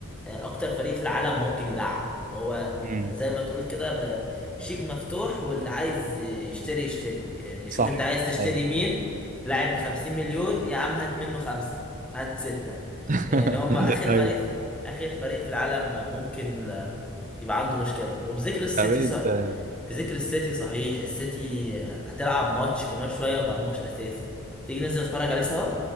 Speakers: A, in the centre; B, on the right.
A: اكتر فريق في العالم ممكن يدعم هو
B: مم.
A: زي ما تقول كده ب- شيك مفتوح واللي عايز يشتري يشتري يعني
B: صح
A: شوف انت عايز تشتري
B: ايوه
A: مين لاعب بخمسين مليون يا عم هات منه خمسة هات ستة
B: <laughs>
A: يعني هم آخر فريق
B: ايوه
A: آخر فريق في العالم ممكن آه، يبقى عنده مشكلة وبذكر السيتي
B: فبقيت
A: صح
B: آه،
A: بذكر السيتي صحيح السيتي آه، هتلعب ماتش كمان شوية ومرموش أساسي تيجي ننزل نتفرج عليه سوا